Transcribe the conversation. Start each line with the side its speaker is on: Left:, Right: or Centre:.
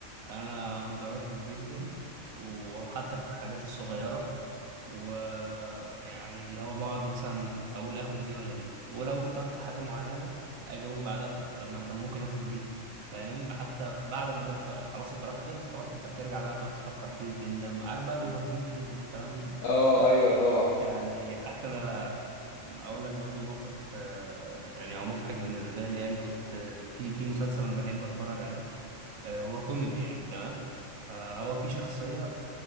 Right: انا متردد جدا وحتى في الحاجات الصغيره ويعني اللي هو بقعد مثلا اقول اخد دي ولا دي ولو اخترت حاجه معينه اجي اقول بعدها طب طب ما انا كان ممكن اخد دي فاهم حتى بعد ما تبقى ق- خلاص القرار خلص خلاص انت بترجع بقى تقعد تفكر فيه وتندم عارف بقى الاوفر ثينكينج والكلام ده
Left: اه ايوه طبعا
Right: يعني حتى انا اقول لك برضو موقف آه، يعني هو مضحك بالنسبه لي يعني كنت آه، في في مسلسل انا بحب اتفرج عليه آه، هو كوميدي يعني تمام فهو في شخصية